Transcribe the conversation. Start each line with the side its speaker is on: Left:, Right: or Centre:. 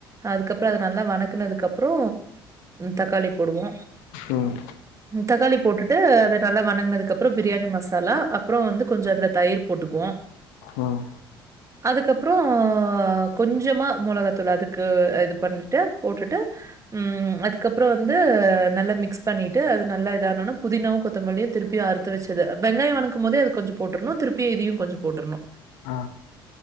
Right: அதுக்கப்புறோ அது நல்லா வணக்குனதுக்கு அப்புறோ தக்காளி போடுவோ
Left: ம்
Right: தக்காளி போட்டுட்டு அத நல்லா வணங்கனதுக்கு அப்புறோ பிரியாணி மசாலா அப்புறோ வந்து கொஞ்சோ அதுல தயிர் போட்டுக்குவோ
Left: ம்
Right: அதுக்கப்றோ கொஞ்சமா மொளகாத்தூளு அதுக்கு இது பண்ணிட்டு போட்டுட்டு ம் அதுக்கப்றோ வந்து நல்லா மிக்ஸ் பண்ணிட்டு அது நல்லா இதானோன புதினாவு கொத்தமல்லியு திருப் பியு அறுத்து வச்சத வெங்காயோ வணக்கும் போதே அது கொஞ்சோ போட்ருணு திருப்பி இதியு கொஞ்சோ போட்ருணு
Left: ஆ